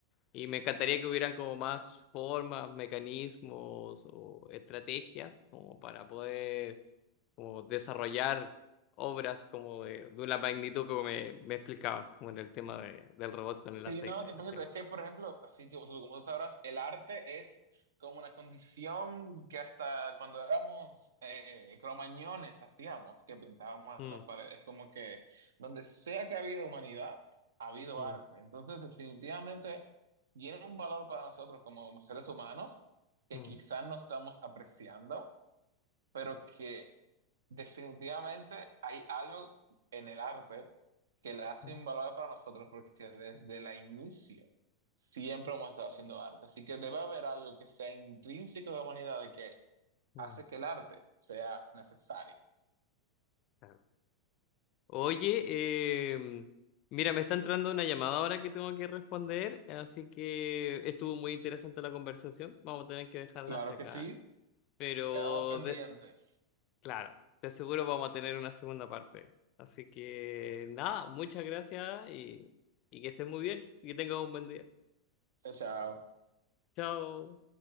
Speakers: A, on the left (about 40°); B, on the right (about 60°).
A: Y me encantaría que hubieran como más formas, mecanismos o estrategias como para poder como desarrollar obras como de, de una magnitud como me, me explicabas, como en el tema de, del robot con
B: Sí,
A: el aceite,
B: no, 100%.
A: por ejemplo.
B: Es que, por ejemplo, así tú- tú- como tú sabrás, el arte es como una condición que hasta cuando éramos eh, cromañones hacíamos, que pintábamos
A: Mm,
B: las paredes. Como que donde sea que ha habido humanidad, ha habido
A: mm,
B: arte. Entonces, definitivamente, tiene un valor para nosotros como seres humanos que
A: mm,
B: quizás no estamos apreciando, pero que definitivamente hay algo en el arte que la hace
A: mm,
B: invaluable para nosotros porque desde la inicio siempre hemos estado haciendo arte. Así que debe haber algo que sea intrínseco de la humanidad de que
A: mm.
B: hace que el arte sea necesario.
A: Claro. Oye, em, mira, me está entrando una llamada ahora que tengo que responder, así que estuvo muy interesante la conversación. Vamos a tener que dejarla
B: Claro
A: hasta acá,
B: que sí,
A: pero
B: quedamos pendientes.
A: de- claro, de seguro vamos a tener una segunda parte. Así que nada, muchas gracias y, y que estés muy bien y que tengas un buen día.
B: Chao, chao.
A: Chao.